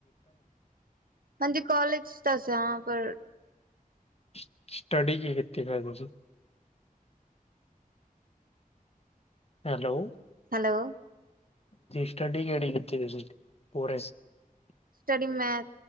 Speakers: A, on the right; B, on the left.
A: ਹਾਂਜੀ ਕੋਲਜ ਤਾਂ ਹ ਪਰ
B: <unintelligible> ਸਟੱਡੀ ਕਿ ਕਿੱਥੇ ਖ ਦ ਹੈਲੋ
A: ਹੈਲੋ
B: ਸਟੱਡੀ ਕਿਹੜੀ ਕੀਤੀ ਤੁਸੀਂ ਪਰੇ
A: ਸਟਡੀ ਮੈਂ